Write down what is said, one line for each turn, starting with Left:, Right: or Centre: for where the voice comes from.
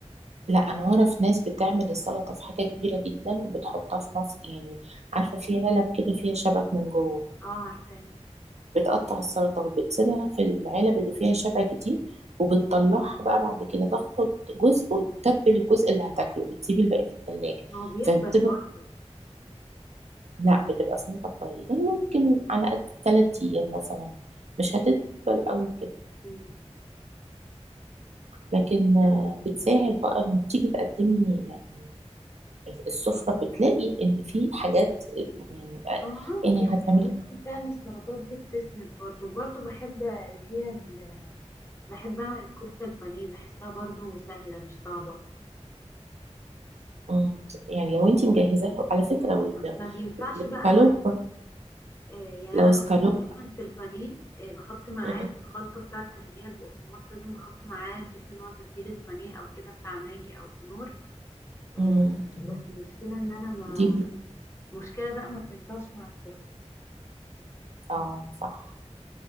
Right: لا انا اعرف ناس بتعمل السلطه في حاجه كبيره جدا وبتحطها في مصر يعني عارفه في علب كده فيها شبك من جوه
Left: اه عارفاه
Right: بتقطع السلطه وبتسيبها في العلب اللي فيها شبك دي وبتطلعها بقى بعد كده تاخد جزء وتتبل الجزء اللي هتاكله وتسيبي الباقي في التلاجة
Left: ما هو بيدبل
Right: فبتبقى
Left: برضه
Right: لا بتبقى سلطه كويسه يعني ممكن على قد 3 ايام مثلا مش هتدبل قوي كده
Left: مم.
Right: لكن آه، بتساعد بقى لما بتيجي تقدمي يعني السفرة بتلاقي ان في حاجات يعني
Left: هو
Right: يعني
Left: ممكن يعني
Right: هتعملي
Left: ممكن فعلا السلطات دي بتسند برضه وبرضه بحب اللي هي ال... بحب اعمل الكفتة البانيه بحسها برضه سهلة مش صعبة
Right: مم. يعني لو انت مجهزاها على فكرة وال-
Left: ما بينفعش
Right: والسكالوب
Left: بقى مع آه يعني
Right: لو
Left: انا بحط
Right: سكالوب
Left: دايما في البانيه آه بحط معاه
Right: مم.
Left: في الخلطة بتاعت اللي هي البقسماط لازم بحط معاه كيس اللي هو تتبيلة بانيه او كده بتاع ماجي او كنور آه،
Right: مم.
Left: بس المشكلة ان انا ما
Right: دي بت-
Left: المشكلة بقى ما بتنفعش مع الكفتة
Right: اه صح